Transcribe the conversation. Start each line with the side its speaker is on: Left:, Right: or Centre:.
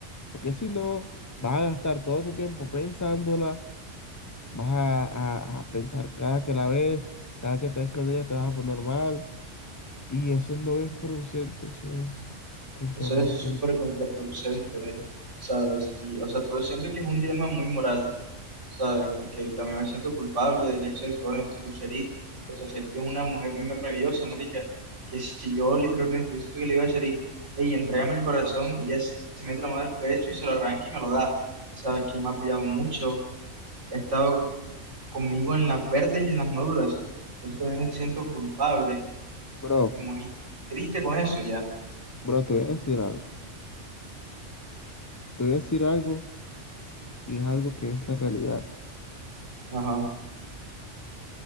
Left: Porque si no, vas a gastar todo tu tiempo pensándola, vas a, a- a pensar cada que la ves, cada que te ves con ella te vas a poner mal. Y eso no es producente, eso es contraproducente.
Right: Eso es súper contraproducente, ¿sabes? Y, o sea, todo siento que es un dilema muy moral, ¿sabes? Porque también me siento culpable del hecho de que, bueno, yo estoy con Sharik. O sea, Sharik es una mujer muy maravillosa, marica. Que si yo literalmente, yo siento que le digo a Sharik, hey, entrégame el corazón, y ella se se mete la mano al pecho y se lo arranca y me lo da, ¿sabes? Que ella me ha apoyado mucho. He estado conmigo en las verdes y en las maduras. Por eso también me siento culpable
Left: Bro,
Right: y muy triste con eso ya.
Left: bro, te voy a decir algo. Te voy a decir algo y es algo que es la realidad.
Right: Ajá.